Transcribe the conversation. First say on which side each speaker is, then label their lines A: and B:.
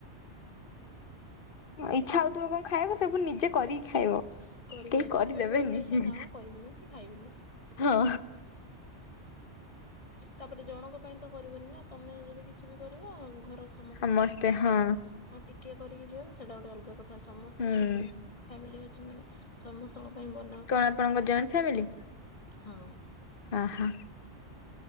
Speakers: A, on the left; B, on the left.
A: ଇଚ୍ଛା ହଉଥୁବ କଣ ଖାଇବାକୁ ସେ ପୁଣେ ନିଜେ କରିକି ଖାଇବ।
B: କରିବି
A: କେହି କରିଦେବେନି,
B: ସେଥିପାଇଁ ବେଳେ ବେଳେ ଇଚ୍ଛା ନା କରିବିନି କି ଖାଇବିନି
A: ହଁ।
B: ତାପରେ ଜଣଙ୍କ ପାଇଁ ତ କରିବନି ନା, ତୋମେ ଯଦି କିଛି ବି କରିବ ଘର ସମସ୍ତଙ୍କ
A: ସମସ୍ତେ
B: ପାଇଁ କରିବାକୁ
A: ହଁ
B: ପଡିବ, ହଁ ଟିକେ କରିକି ଦିଅ, ସେଟା ଗୋଟେ ଅଲଗା କଥା। ସମସ୍ତେ
A: ହୁଁ
B: ଆମର ଉଁ, ଫ୍ୟାମିଲି ଅଛି ମାନେ ସମସ୍ତଙ୍କ ପାଇଁ ବନ
A: କଣ ଆପଣଙ୍କ ଜଏଣ୍ଟ ଫ୍ୟାମିଲି?
B: ହଁ।
A: ଓହୋ,